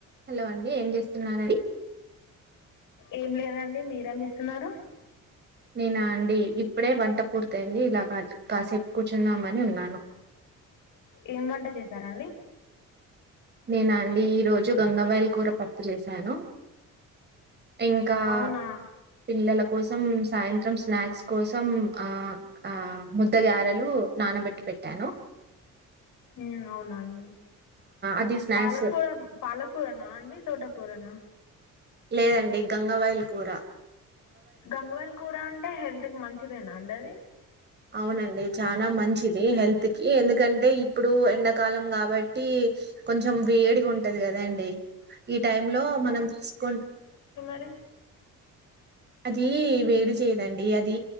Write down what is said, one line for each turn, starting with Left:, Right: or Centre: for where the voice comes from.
Right: Hello అండి ఏం చేస్తున్నారండి
Left: ఏం లేదండి మీరేమి చేస్తున్నారు
Right: నేనా అండి ఇప్పుడే వంట పూర్తయింది ఇలా బాట్ కాసేపు కూర్చుందామని ఉన్నాను
Left: ఏం వంట చేశారండి
Right: నేనా అండి ఈరోజు గంగవాయిల్ కూర పప్పు చేశాను ఇంకా
Left: అవునా
Right: పిల్లల కోస సం సాయంత్రం స్నాక్స్ కోసం ఆ ఆ ముద్ద గారెలు నానబెట్టి పెట్టా ను
Left: ఉమ్ అవునా అండి
Right: అది స్నాక్స్
Left: పాలకూర పాలకూర నా అండి తోట కూరన
Right: లేదండి గంగవాయిల్ కూర
Left: గంగవాయిల్ కూర అంటే హెల్త్ కి మంచిదేనా అండి అది
Right: అవునండి చానా మంచిది హెల్త్ కి ఎందు కంటే ఇప్పుడు ఎండకాలం కాబట్టి కొంచెం వేడిగా ఉంటది కదండీ ఈ టైం లో మనం తీసుకున్
Left: టే
Right: అదీ వేడి చేయదండి అదీ